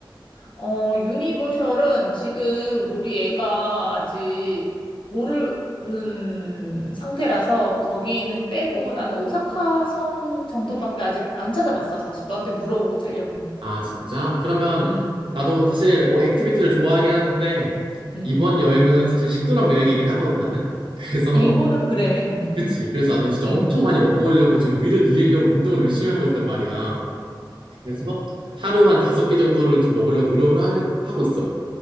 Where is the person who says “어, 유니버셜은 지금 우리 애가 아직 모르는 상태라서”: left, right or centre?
Left